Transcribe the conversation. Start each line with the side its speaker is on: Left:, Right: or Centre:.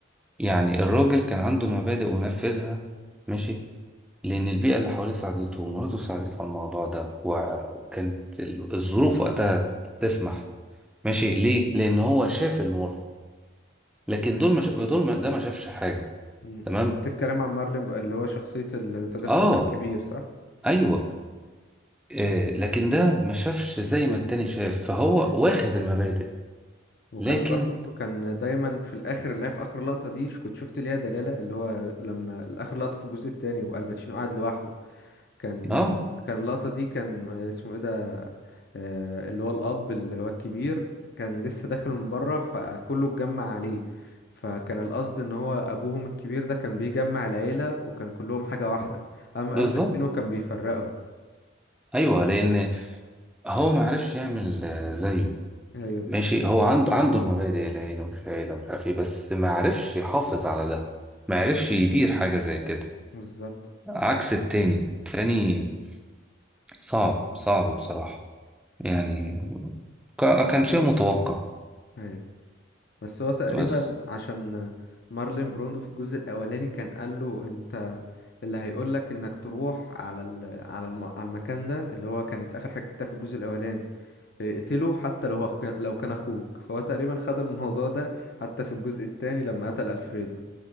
Centre: يعني الراجل كان عنده المبادئ ونفذها ماشي لأن البيئة اللي حواليه ساعدته ومراته ساعدته
Left: مم.
Centre: على الموضوع ده وكانت ال- الظروف وقتها تسمح ماشي ليه؟ لأن هو شاف المر لكن
Left: ايوه
Centre: دول ما شا... دول ما... ده ما شافش حاجة
Left: امم
Centre: تمام؟
Left: بتتكلم عن مارلين بقى اللي هو شخصية ال- ذا جاد
Centre: آه
Left: فازر الكبير صح؟
Centre: أيوه آه لكن ده ما شافش زي ما التاني شاف فهو
Left: امم
Centre: واخد المبادئ
Left: وكان
Centre: لكن
Left: برضو كان دايما في الاخر اللي هي في اخر لقطه دي ش- كنت شفت ليها دلاله اللي هو لما اخر لقطه في الجزء الثاني والباتشينو قاعد لوحده كان
Centre: آه
Left: كان اللقطه دي كان اسمه ايه ده آه، اللي هو الاب اللي هو الكبير كان لسه داخل من بره فكله اتجمع عليه فكان القصد ان هو ابوهم الكبير ده كان بيجمع العيله وكان كلهم حاجه واحده اما
Centre: بالظبط
Left: الباتشينو كان بيفرقهم
Centre: ايوه لان هو ما عرفش يعمل آه، زيه
Left: ايوه بالظبط
Centre: ماشي هو عنده عنده المبادئ العيله ومش عيله ومش عارف ايه بس ما عرفش يحافظ على ده ما عرفش يدير حاجه زي كده
Left: بالظبط
Centre: عكس التاني التاني صعب صعب بصراحه يعني كا- كان شيء متوقع
Left: أيوة. بس هو تقريبا
Centre: بس
Left: عشان مارلين بروندو في الجزء الاولاني كان قال له انت اللي هيقول لك انك تروح على ال... على الم... على المكان ده اللي هو كانت اخر حته في الجزء الاولاني اقتله حتى لو هو كان... لو كان اخوك فهو تقريبا خد الموضوع ده حتى في الجزء الثاني لما قتل الفريدو